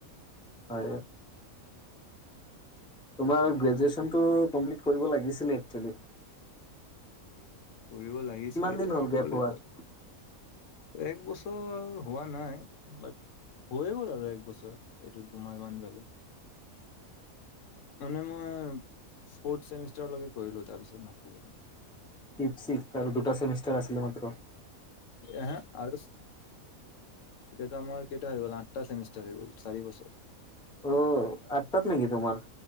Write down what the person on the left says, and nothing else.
কৰিব লাগিছিলে।
এতিয়া
কলেজত
এক বছৰ হোৱা নাই। বাট, হৈয়ে গ'ল আৰু এক বছৰ। এইটো দুমাহমান গালে। মানে মই স্পৰ্তচেমিষ্টাৰলৈকে কৰিলো, তাৰপিছত নকৰিলোঁ।
এহে আৰু এতিয়াতো আমাৰ কেইটা হৈ গল? আঠটা চেমিষ্টাৰ হৈ গল, চাৰি বছৰ।
অ